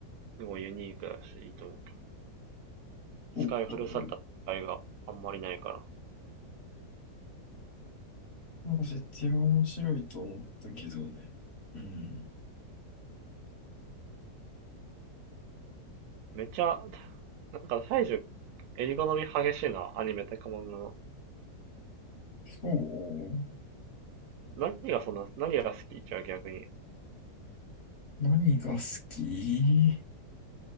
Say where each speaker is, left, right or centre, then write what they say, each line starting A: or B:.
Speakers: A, on the right; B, on the left.
A: すごいユニークだし、いいと思う使い古された使いがあんまりないから。
B: お、あれなんか設定は面白いと思ったけどね。うん、
A: めちゃ、なんか大樹、襟好み激しいな、アニメとか漫画の。
B: そう。
A: 何がそんな、何が好きじゃあ逆に。
B: 何が好き